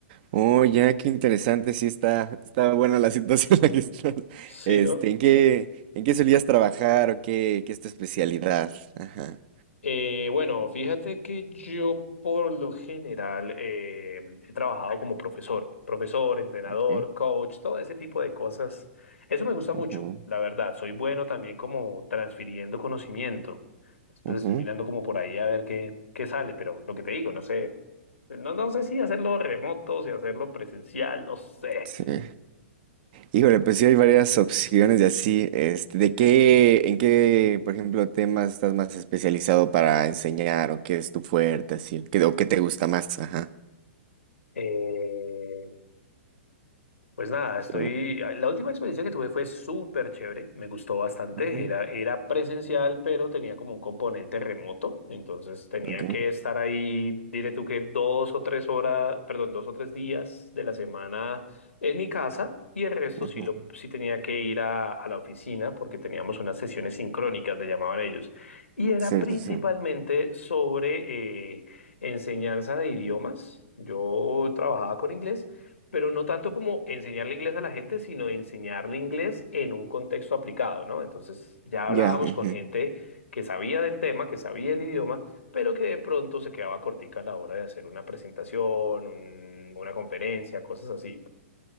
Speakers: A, on the right (about 45°); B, on the left (about 85°).
A: oh, ya, qué interesante. Sí, está, está buena la situación <laughs> en la que estás.
B: Sí,
A: Este,
B: ¿no?
A: ¿en qué, en qué solías trabajar o qué, qué es tu especialidad? Ajá,
B: Eh, bueno, fíjate que yo por lo general eh, he trabajado como profesor, profesor, entrenador,
A: ok.
B: coach, todo ese tipo de cosas. Eso me gusta mucho,
A: ujú,
B: la verdad. Soy bueno también como transfiriendo conocimiento. Después
A: ujú,
B: estoy mirando como por ahí a ver qué, qué sale, pero lo que te digo, no sé, no, no sé si hacerlo remoto, si hacerlo presencial, no sé.
A: Sí. Híjole, pues sí hay varias opciones de así. Este, ¿de qué, en qué, por ejemplo, temas estás más especializado para enseñar o qué es tu fuerte, así, qué, o qué te gusta más? Ajá.
B: Eh, Pues nada, estoy.
A: Yo-
B: ah, La última experiencia que tuve fue súper chévere, me gustó bastante.
A: ujú,
B: Era, era presencial, pero tenía como un componente remoto. Entonces tenía
A: ok,
B: que estar ahí, diré tú que dos o tres horas, perdón, dos o tres días de la semana en mi casa y el resto
A: ujú.
B: sí, lo, sí tenía que ir a, a la oficina porque teníamos unas sesiones sincrónicas, le llamaban ellos. Y era
A: Sí,
B: principalmente
A: sí, sí.
B: sobre eh, enseñanza de idiomas. Yo trabajaba con inglés pero no tanto como enseñarle inglés a la gente, sino enseñarle inglés en un contexto aplicado, ¿no? Entonces ya hablábamos
A: Ya. ujú.
B: con gente que sabía del tema, que sabía el idioma, pero que de pronto se quedaba cortica a la hora de hacer una presentación, un- una conferencia, cosas así.